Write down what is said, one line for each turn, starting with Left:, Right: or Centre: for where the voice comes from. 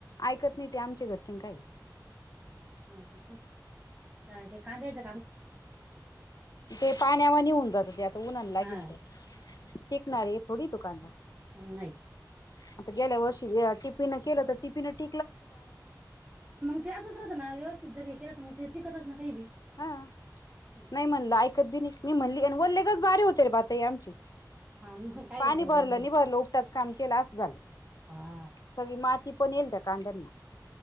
Left: ऐकत नाही ते आमचे घरचे चिंगाय
Right: हम् हम हम् अ ते कांदेज
Left: ते पाण्यावाणी होऊन जात ते आता उन्हा ला
Right: हा
Left: गेलत तीच ना रे फोडी तो कांदा
Right: नाही
Left: आता गेल्या वर्षी टीपीनं केलं होत टीपीनं टीपी
Right: मग ते असच राहत ना व्यवस्थित जरी केलं मग ते टिकतच ना काही बी
Left: हा
Right: हं,
Left: नाही
Right: हं.
Left: म्हणलं ऐकत बी नाही मी म्हणली वलेगच बारी होते बटई आमची
Right: हा, मग काय
Left: पाणी
Right: होतं बरं
Left: भरलं
Right: ओल्ले
Left: नि भरलं उपटाच काम केलं असं झालं
Right: हा
Left: सगळी माती कोणल द कांदा ना